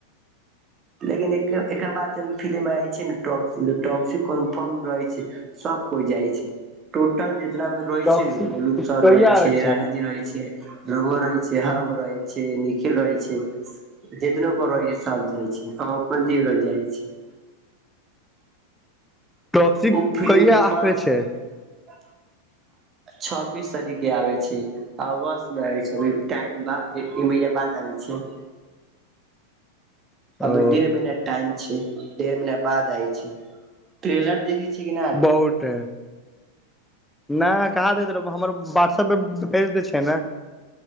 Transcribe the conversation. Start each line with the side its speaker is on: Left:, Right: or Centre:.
Right: लेकिन एकर बाद जन फिलि्म आ छै ने टॉक्सी टॉक्सी कन्फर्म रहै छै सब कोइ जाइ छै टोटल जेतना मे रहै
Centre: टॉक्सी
Right: छै न गोलुसर
Centre: कहिया
Right: रहै छै
Centre: आबै
Right: राणा जी रहै छै रौआ रहे छै हम रहे छै निखिल रहे छै जितनो को रहै छै सब जाइ छै हँ कोन जीव रो जाइ छै
Centre: टॉक्सी
Right: ओ फिल्म
Centre: कहिया
Right: फर्स्ट
Centre: आबै छै
Right: छब्बीस तारीक के आबै छै आ बशमे छैभ टाइम एक एक महिना बाद आबै छै
Centre: ओ
Right: अभी डेढ़ महीना टाइम छै डेढ़ महीना बाद आय छै ट्रेलर देखे छै कि नै
Centre: बहुट है नहि कहाँ दैत रह हमर व्हाटसऐपपर भेज दै छै ने